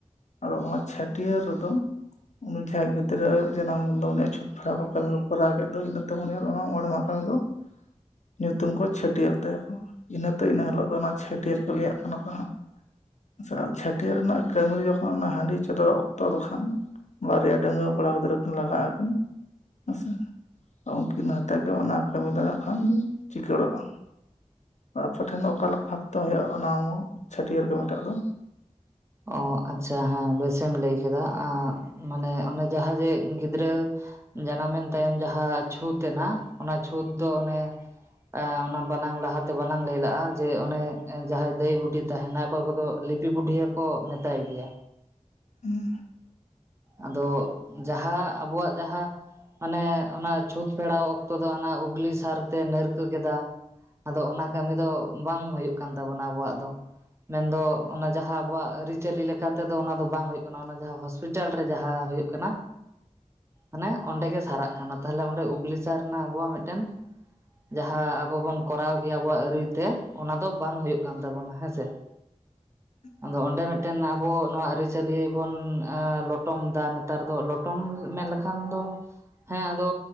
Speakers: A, on the left; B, on the right.
A: ᱟᱫᱚ ᱚᱱᱟ ᱪᱷᱟᱹᱴᱭᱟᱹᱨ ᱨᱮᱫᱚ ᱩᱱᱤ ᱡᱟᱦᱟᱸᱭ ᱜᱤᱫᱽᱨᱟᱹ ᱡᱟᱱᱟᱢ ᱫᱚ ᱩᱱᱤᱭᱟᱜ ᱪᱷᱩᱫ ᱛᱯᱷᱮᱲᱟᱣ ᱠᱚ ᱠᱟᱹᱢᱤ ᱠᱚ ᱠᱚᱨᱟᱣ ᱠᱮᱫ ᱫᱚ ᱤᱱᱟᱹ ᱛᱮ ᱱᱤᱭᱟᱹ ᱚᱱᱟ ᱢᱚᱬᱮ ᱢᱟᱦᱟ ᱠᱟᱹᱢᱤ ᱫᱚ ᱧᱩᱛᱩᱢ ᱠᱚ ᱪᱷᱟᱹᱴᱭᱟᱹᱨ ᱛᱟᱭᱟ ᱠᱚ᱾ ᱤᱱᱟᱹᱛᱮ ᱤᱱᱟᱹ ᱦᱤᱞᱳᱜ ᱫᱚ ᱚᱱᱟ ᱪᱷᱟᱹᱴᱭᱟᱹᱨ ᱠᱟᱹᱞᱤᱭᱟᱜ ᱠᱟᱱᱟ ᱠᱚ ᱦᱟᱸᱜ᱾ ᱟᱪᱷᱟ ᱪᱷᱟᱹᱴᱭᱟᱹᱨ ᱨᱮᱱᱟᱜ ᱠᱟᱹᱢᱤ ᱨᱮ ᱡᱚᱠᱷᱚᱱ ᱚᱱᱟ ᱦᱟᱺᱰᱤ ᱪᱚᱫᱚᱨ ᱚᱠᱛᱚ ᱫᱚ ᱠᱷᱚᱱ ᱵᱟᱨᱭᱟ ᱰᱺᱜᱣᱟᱹ ᱠᱚᱲᱟ ᱜᱤᱫᱽᱨᱟᱹ ᱠᱤᱱ ᱞᱟᱜᱟᱜ ᱟᱠᱤᱱ᱾ ᱦᱮᱸᱥᱮ ᱩᱱᱠᱤᱱ ᱦᱟᱛᱮ ᱜᱮ ᱚᱱᱟ ᱠᱟᱹᱢᱤ ᱫᱟᱲᱮᱭᱟᱜ ᱠᱷᱟᱱ ᱫᱚ ᱪᱤᱠᱟᱹᱲᱚᱜᱼᱟ᱾ ᱟᱯᱮ ᱴᱷᱮᱱ ᱫᱚ ᱚᱠᱟ ᱞᱮᱠᱟ ᱵᱷᱟᱯᱛᱮ ᱦᱩᱭᱩᱜᱼᱟ ᱚᱱᱟ ᱢᱟ ᱪᱷᱟᱹᱴᱭᱟᱹᱨ ᱜᱮ ᱢᱮᱴᱟᱜ ᱫᱚ?
B: ᱚ ᱟᱪᱪᱷᱟ ᱦᱮᱸ ᱵᱮᱥᱮᱢ ᱞᱟᱹᱭ ᱠᱮᱫᱟ, ᱚ ᱢᱟᱱᱮ ᱚᱱᱮ ᱡᱟᱦᱟᱸ ᱡᱮ ᱜᱤᱫᱽᱨᱟᱹ ᱡᱟᱱᱟᱢᱮᱱ ᱛᱟᱭᱚᱢ ᱡᱟᱦᱟᱸ ᱪᱷᱩᱸᱛ ᱮᱱᱟ, ᱚᱱᱟ ᱪᱷᱩᱸᱛ ᱫᱚ ᱚᱱᱮ ᱟ ᱵᱟᱞᱟᱝ ᱞᱟᱦᱟᱛᱮ ᱵᱟᱞᱟᱝ ᱞᱟᱹᱭ ᱞᱟᱜᱼᱟ ᱡᱮ ᱚᱱᱮ ᱡᱟᱦᱟᱸᱭ ᱫᱟᱹᱭ ᱵᱩᱰᱷᱤ ᱛᱟᱦᱮᱱᱟ, ᱚᱠᱚᱭ ᱠᱚᱫᱚ ᱞᱤᱯᱤ ᱵᱩᱰᱷᱤ ᱠᱚ ᱢᱮᱛᱟᱭ ᱜᱮᱭᱟ᱾
A: ᱦᱩᱸ᱾
B: ᱟᱫᱚ ᱡᱟᱦᱟᱸ ᱟᱵᱚᱣᱟᱜ ᱡᱟᱦᱟᱸ ᱢᱟᱱᱮ ᱚᱱᱟ ᱪᱷᱩᱸᱛ ᱯᱷᱮᱨᱟᱣ ᱚᱠᱛᱚ ᱫᱚ ᱦᱟᱱᱟ ᱩᱜᱽᱞᱤ ᱥᱟᱨᱛᱮ ᱱᱟᱹᱨ ᱠᱚ ᱠᱮᱫᱟ, ᱟᱫᱚ ᱚᱱᱟ ᱠᱟᱹᱢᱤ ᱫᱚ ᱵᱟᱝ ᱦᱩᱭᱩᱜ ᱠᱟᱱ ᱛᱟᱵᱚᱱᱟ ᱟᱵᱚᱣᱟᱜ ᱫᱚ᱾ ᱢᱮᱱᱫᱚ ᱚᱱᱟ ᱡᱟᱦᱟᱸ ᱟᱵᱚᱣᱟᱜ ᱟᱹᱨᱤᱪᱟᱹᱞᱤ ᱞᱮᱠᱟ ᱛᱮᱫᱚ ᱚᱱᱟ ᱫᱚ ᱵᱟᱝ ᱦᱩᱭᱩᱜ ᱠᱟᱱᱟ, ᱚᱱᱟ ᱡᱟᱦᱟᱸ ᱦᱚᱸᱥᱯᱤ ᱞᱤᱴᱟᱞ ᱨᱮ ᱡᱟᱦᱟᱸ ᱦᱩᱭᱩᱜ ᱠᱟᱱᱟ ᱚᱱᱟ ᱚᱸᱰᱮ ᱜᱮ ᱥᱟᱨᱟᱜ ᱠᱟᱱᱟ, ᱛᱟᱦᱚᱞᱮ ᱚᱸᱰᱮ ᱩᱜᱞᱤ ᱥᱟᱹᱨ ᱨᱮᱱᱟᱜ ᱟᱵᱚᱣᱟᱜ ᱢᱤᱫᱴᱮᱱ ᱡᱟᱦᱟᱸ ᱟᱵᱚ ᱵᱚᱱ ᱠᱚᱨᱟᱣ ᱠᱮᱭᱟ ᱟᱵᱚᱣᱟᱜ ᱟᱹᱨᱤ ᱛᱮ ᱚᱱᱟ ᱫᱚ ᱵᱟᱝ ᱦᱩᱭᱩᱜ ᱠᱟᱱ ᱛᱟᱵᱚᱱᱟ ᱦᱮᱸᱥᱮ᱾
A: <unintelligible>
B: ᱟᱫᱚ ᱚᱸᱰᱮ ᱢᱤᱫᱴᱮᱱ ᱟᱵᱚ ᱱᱚᱣᱟ ᱟᱹᱨᱤᱪᱟᱹᱞᱤ ᱵᱚᱱ ᱞᱚᱴᱚᱢ ᱫᱟᱜ ᱱᱮᱛᱟᱨ ᱫᱚ ᱞᱚᱴᱚᱢ ᱢᱮᱱ ᱞᱮᱠᱷᱟᱱ ᱫᱚ, ᱦᱮᱸ ᱟᱫᱚ